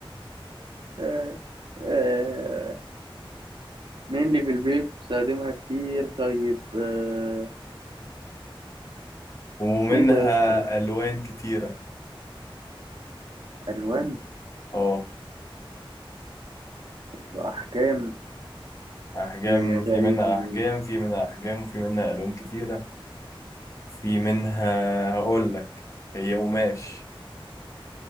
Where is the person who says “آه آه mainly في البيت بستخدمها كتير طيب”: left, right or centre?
Right